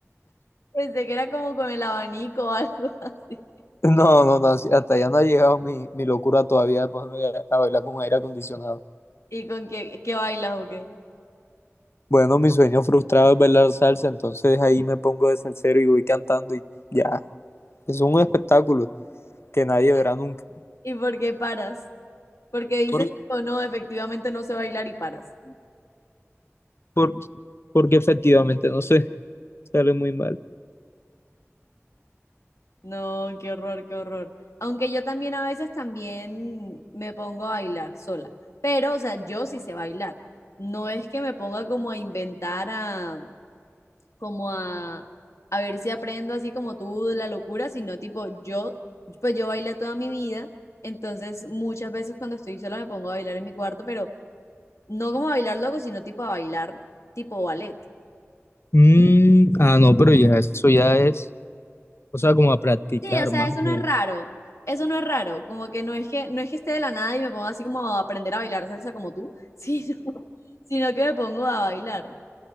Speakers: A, on the left (about 80°); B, on the left (about 55°).
A: pensé que era como con el abanico o algo así.
B: No, no, no, sí, hasta ya no ha llegado mi, mi locura todavía de ponerme a a bailar con aire acondicionado.
A: ¿Y con qué, qué bailas o qué?
B: Bueno, mi sueño frustrado es bailar salsa, entonces ahí me pongo de salsero y voy cantando y ya, es un espectáculo que nadie verá nunca.
A: ¿Y por qué paras? Porque dices,
B: Por-
A: tipo, no, efectivamente no sé bailar y paras.
B: por- porque efectivamente, no sé, sale muy mal.
A: No, qué horror, qué horror. Aunque yo también a veces también me pongo a bailar sola. Pero, o sea, yo sí sé bailar. No es que me ponga como a inventar, a, como a, a ver si aprendo así como tú de la locura, sino tipo, yo, pues yo bailé toda mi vida. Entonces, muchas veces cuando estoy sola me pongo a bailar en mi cuarto, pero no como a bailar loco, sino tipo a bailar tipo ballet.
B: Mm, ah, no, pero ya eso ya es, o sea, como a practicar
A: Sí, o sea,
B: más
A: eso
B: o menos.
A: no es raro. Eso no es raro. Como que no es que, no es que esté de la nada y me ponga así como a aprender a bailar salsa como tú, sino, <laughs> sino que me pongo a bailar.